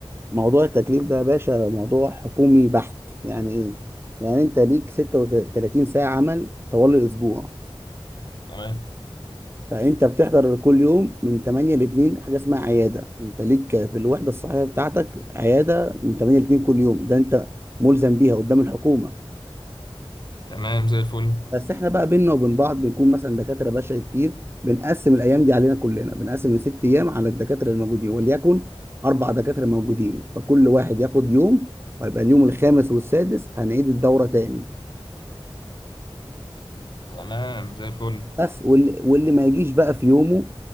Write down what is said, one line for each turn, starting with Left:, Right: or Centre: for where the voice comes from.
Right: موضوع التكليف ده يا باشا موضوع حكومي بحت يعني إيه؟ يعني أنت ليك 36 ساعة عمل طوال الأسبوع
Left: تمام
Right: فانت بتحضر كل يوم من 8 ل 2 حاجه اسمها عياده انت ليك في الوحده الصحيه بتاعتك عياده من 8 ل 2 كل يوم ده انت ملزم بيها قدام الحكومه
Left: تمام زي الفل
Right: بس احنا بقى بينا وبين بعض بنكون مثلا دكاتره بشري كتير بنقسم الايام دي علينا كلنا بنقسم الست ايام على الدكاتره الموجودين وليكن اربع دكاتره موجودين فكل واحد ياخد يوم ويبقى اليوم الخامس والسادس هنعيد الدوره تاني
Left: تمام زي الفل
Right: بس واللي, واللي ما يجيش بقى في يومه